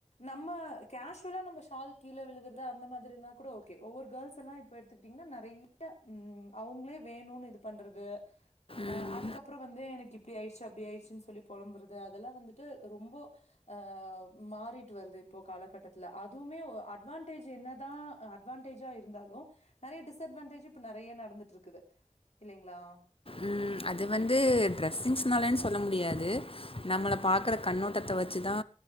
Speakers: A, on the left (about 70°); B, on the left (about 50°).
A: நம்ம கேஷுவலா நம்ம ஷால் கீழ விழுகறது அந்த மாதிரினா கூட ஓகே ஒவ்வொரு கேர்ள்ஸ் எல்லா இப்ப பாத்துட்டீங்கன்னா நெறைய ம் அவ்ங்களே வேணுனு இது பண்றது
B: ம்
A: அ அதுக்கப்புற வந்து எனக்கு இப்டி ஆயிடுச்சு அப்டி ஆயிடுச்சுன்னு சொல்லி பொழம்புறது அதெல்லா வந்துட்டு ரொம்போ அ மாறிட்டு வருது இப்போ காலகட்டத்துல அதுவுமே அட்வான்டேஜ் என்னதா அட்வான்டேஜா இருந்தாலு நெறைய டிஸ்அட்வான்டேஜ் இப்ப நெறைய நடந்துட்டு இருக்குது இல்லைங்களா
B: ம் அது வந்து ட்ரெஸ்ஸிங்ஸ்னால சொல்ல முடியாது நம்மளை பாக்கற கண்ணோட்டத்த வச்சிதா